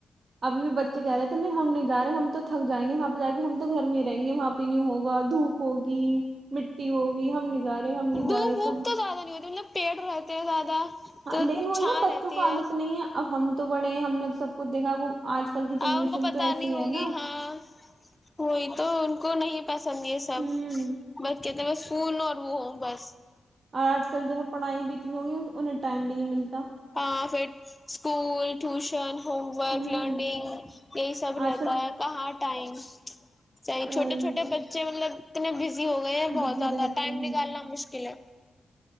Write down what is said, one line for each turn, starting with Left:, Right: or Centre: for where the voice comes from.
Right: ابھی بھی بچے کہہ رہے تھے نہیں ہم نہیں جا رہے ہم تو تھک جائیں گے وہاں پہ جا کے ہم تو گھر میں ہی رہیں گے وہاں پہ یوں ہوگا دھپ ہوگی مٹی ہوگی ہم جا رہے ہم نہیں
Left: دھوپ
Right: جا رہے
Left: ووپ
Right: تو
Left: زیادہ نہیں ہوتی مطلب پیڑ رہتے ہیں زیادہ
Right: ہاں
Left: تو
Right: لیکن وہی
Left: چھاں
Right: نا بچوں
Left: رہتی
Right: کو عادت
Left: ہے
Right: نہیں ہے اب ہم تو بڑے ہم نے سب کچھ دیکھا وہ آج کل کی
Left: ہاں
Right: جنریشن
Left: ان کو پت
Right: تو ایسی
Left: نہیں ہوگی
Right: ہے نا
Left: ہاں ہوئی تو ان کو نہیں پسند یہ سب
Right: ہوں
Left: ب کہتے ہیں بس فون اور وہ ہو بس
Right: اور آج کل جو ہے پڑھائی بھی اتنی ہو گی انہیں ائم بھی نہیں ملتا
Left: ہاں پھر اسکول ٹیوشن ہوم ورک
Right: ہوں
Left: لرننگ یہی سب رہتا
Right: آج کل
Left: ہے کہاں ٹائم صحیح
Right: کہیں
Left: چھوٹے چھوٹے
Right: بھی ٹائم
Left: بچے مطلب اتنے زی ہو گئے ہیں
Right: بزی
Left: بہت زیادہ
Right: رہتے
Left: ٹائم
Right: ہیں
Left: نکالنا مشکل ہے